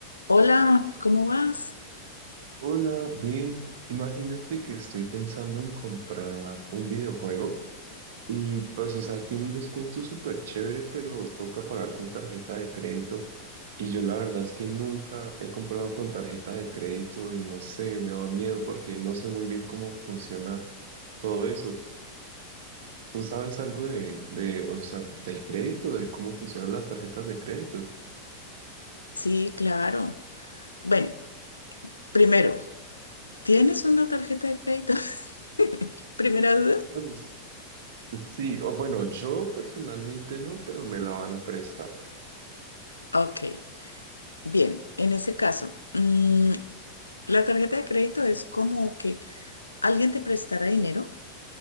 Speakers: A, on the left; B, on the right.
A: Hola, ¿cómo vas?
B: Hola, bien. Imagínate que estoy pensando en comprar un videojuego y pues, o sea, tiene un descuento súper chévere, pero toca pagar con tarjeta de crédito. Y yo la verdad es que nunca he comprado con tarjeta de crédito y no sé, me da miedo porque no sé muy bien cómo funciona todo eso. ¿Tú sabes algo de, de, o sea, del crédito, de cómo funcionan las tarjetas de crédito?
A: Sí, claro. Bueno, primero, ¿tienes una tarjeta de crédito? <laughs> Primera duda.
B: Pues sí, o bueno, yo personalmente no, pero me la van a prestar.
A: Ok, bien, en ese caso, mm, la tarjeta de crédito es como que alguien te prestará dinero